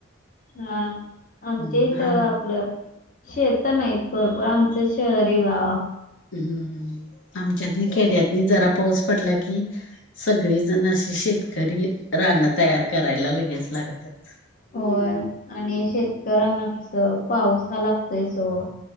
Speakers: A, on the left; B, on the left.
A: हा
B: हम्म
A: आमच्या इथ
B: आम
A: आपलं शेत नाहीत भरपूर आमचं शहरी गाव
B: हम्म्मम आमच्यात न खेड्यातनी जरा पाऊस पडला कि सगळीजण अशी शेतकरी राणं तयार करायला लगेच लागतत.
A: होय आणि शेतकऱ्यांना कस पाऊस हा लागतोय ओ.